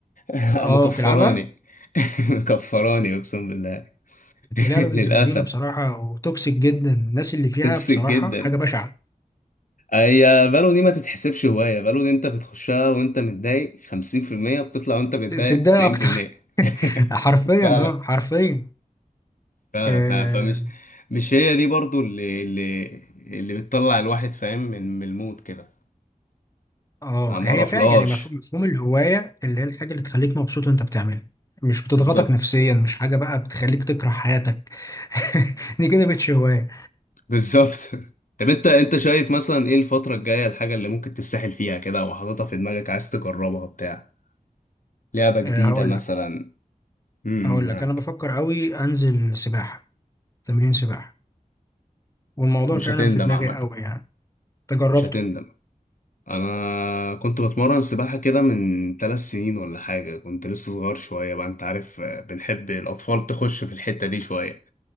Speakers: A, on the left; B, on the left.
A: <laughs>
B: اه
A: مكفراني
B: بتلعبها
A: <laughs> مكفراني اقسم بالله <laughs>
B: اللعبه
A: للاسف
B: بنت لذينه بصراحه وتوكسيك جدا الناس اللي فيها
A: توكسيك
B: بصراحه
A: جدا
B: حاجه بشعه
A: هي بالو دي ما تتحسبش هوايه بالو دي انت بتخشها وانت متضايق 50% بتطلع وانت متضايق
B: ت- تتضايق
A: 90%
B: اكتر <laughs>
A: <laughs>
B: حرفيا
A: فعلا
B: اه حرفيا
A: فعلا
B: اه
A: فعلا فمش مش هي دي برضو اللي اللي اللي بتطلع الواحد فاهم من من المود كده
B: آه،
A: ما ما
B: هي
A: اروحلهاش
B: فعلا يعني مف- مفهوم الهوايه اللي هي الحاجه اللي تخليك مبسوط وانت بتعملها مش بتضغطك
A: بالظبط
B: نفسيا مش حاجه بقى بتخليك تكره حياتك <laughs> دي كده مش هوايه
A: بالظبط <laughs> طب انت انت شايف مثلا ايه الفترة الجاية الحاجة اللي ممكن تتسحل فيها كده او حاططها في دماغك عايز تجربها بتاع لعبة جديدة
B: آه، هقول
A: مثلا امم
B: هقول
A: معاك
B: لك انا بفكر قوي انزل سباحه تمرين سباحه والموضوع
A: مش
B: فعلا
A: هتندم
B: في دماغي
A: عامة
B: قوي يعني تجربته
A: مش هتندم انا كنت بتمرن سباحة كده من ثلاث سنين ولا حاجة كنت لسه صغير شوية بقى انت عارف آه، بنحب الاطفال تخش في الحتة دي شوية